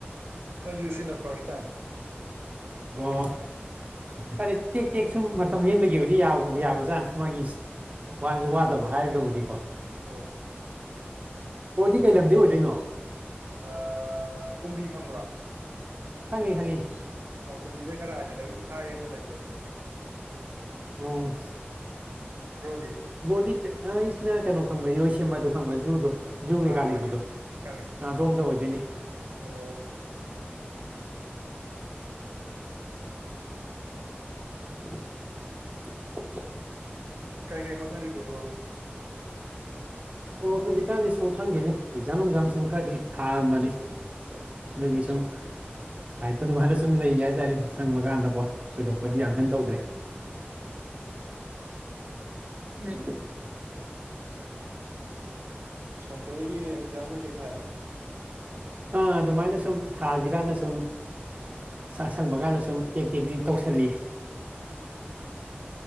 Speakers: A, on the right (about 75°); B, on the right (about 35°).
A: ꯑꯩꯁꯨꯨ ꯁꯤꯅ ꯐꯥꯔꯁ ꯇꯥꯏꯝ
B: ꯑꯣ ꯈꯔꯗꯤ ꯇꯦꯛ ꯇꯦꯛ ꯁꯨꯝ ꯃꯇꯝ ꯂꯦꯟꯕꯒꯤꯕꯨꯗꯤ ꯌꯥ ꯌꯥꯕ ꯖꯥꯠ ꯃꯥꯒꯤ ꯋꯥꯁꯨ ꯋꯥꯗꯕ ꯍꯥꯏꯔꯒꯕꯨꯗꯤꯀꯣ
A: ꯍꯣꯏ
B: ꯕ꯭ꯔꫭꯗꯤ ꯀꯩ ꯂꯝꯗꯩ ꯑꯣꯏꯗꯣꯏꯅꯣ
A: ꯑ ꯀꯨꯝꯕꯤ ꯈꯪꯕ꯭ꯔꫭ
B: ꯈꯪꯉꯤ ꯈꯪꯉꯤ
A: ꯑꯣ ꯀꯨꯝꯕꯤꯗꯩ ꯈꯔ ꯍꯥꯏꯖꯜꯂꯒ ꯏꯊꯥꯏ ꯑꯅ ꯂꯩꯕꯗꯣ ꯑꯗꯨꯗꯒꯤ
B: ꯑꯣ
A: ꯕ꯭ꯔꯣꯗꯤ
B: ꯕꫭꯔꯗꯤ ꯑ ꯑꯩꯁꯤꯅ ꯀꯩꯅꯣ ꯈꯪꯕ꯭ꯔꯥ ꯏꯔꯣꯏ ꯁꯦꯝꯕꯗꯣ ꯈꯪꯕ꯭ꯔꯥ ꯖꯨꯗꯣ ꯖꯨ ꯀꯩꯀꯥ
A: ꯑꯥ
B: ꯂꯩꯕꯗꯣ
A: ꯈꯪꯉꯦ ꯈꯪꯉꯦ
B: ꯑꯗꯣꯝꯗ ꯑꯣꯏꯗꯣꯏꯅꯦ
A: ꯑꯣ
B: <inaudible>
A: ꯀꯩ ꯀꯩ ꯍꯣꯠꯅꯔꯤꯒꯦ ꯕ꯭ꯔꯣꯗꯤ
B: ꯑꯣ ꯍꯧꯖꯤꯛꯀꯥꯟꯗꯤ ꯁꯨꯝ ꯈꯪꯗꯦꯅꯦ ꯑꯦꯛꯖꯥꯝ ꯅꯨꯡꯖꯥꯝ ꯁꯨꯝ ꯈꯔꯗꯤ ꯊꯥꯔꯝꯃꯅꯤ ꯑꯗꯨꯒꯤ
A: ꯑꯣ
B: ꯁꯝ ꯁꯥꯏꯠꯇ ꯑꯗꯨꯃꯥꯏꯅ ꯁꯨꯝ ꯂꯩꯒꯦ ꯍꯥꯏꯇꯥꯔꯦ ꯁꯪꯕ ꯀꯥꯟꯗꯀꯣ ꯊꯣꯏꯗꯣꯛꯄꯗꯤ
A: ꯍꯣꯏ
B: ꯌꯥꯝꯀꯟ ꯇꯧꯗ꯭ꯔꯦ
A: <inaudible>
B: ꯎꯝ
A: ꯁꯦꯟꯇ꯭ꯔꯦꯜꯒꯤ ꯏꯛꯆꯥꯡ ꯀꯩꯀꯩ ꯊꯥꯏꯔꯣ
B: ꯑꯥ ꯑꯗꯨꯃꯥꯏꯅ ꯁꯨꯝ ꯊꯥꯁꯤꯔꯥꯟꯅ ꯁꯨꯝ ꯁ ꯁꯪꯕ ꯀꯥꯟꯗ ꯁꯨꯝ ꯇꯦꯛ ꯇꯦꯛꯇꯤ ꯇꯧꯁꯜꯂꯤ
A: ꯑꯣꯝ